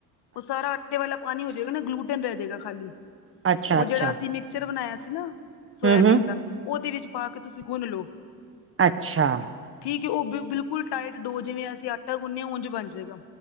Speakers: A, on the left; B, on the right.
A: ਉਹ ਸਾਰਾ। ਵਾਲਾ ਪਾਣੀ ਹੋ ਜਾਏਗਾ, ਨਾ ਗਲੂਟਨ ਰਹਿ ਜਾਏਗਾ ਖਾਲੀ
B: ਅੱਛਾ-ਅੱਛਾ-ਅੱਛਾ
A: ਉਹ ਜਿਹੜਾ ਅਸੀਂ ਮਿਕਸਚਰ ਬਣਾਇਆ ਸੀ ਨਾ। ਸੋਇਆਬੀਨ
B: ਹੂੰ-ਹੂੰ
A: ਦਾ ਉਹਦੇ ਵਿੱਚ ਪਾ ਕੇ ਤੁਸੀਂ ਗੁੰਨ ਲਓ
B: ਅੱਛਾ
A: ਠੀਕ ਉਹ ਬ ਬਿਲਕੁਲ ਟਾਈਟ ਡੋ ਜਿਵੇਂ ਅਸੀਂ ਆਟਾ ਗੁੰਨਿਆ ਉਝ ਬਣ ਜਾਏਗਾ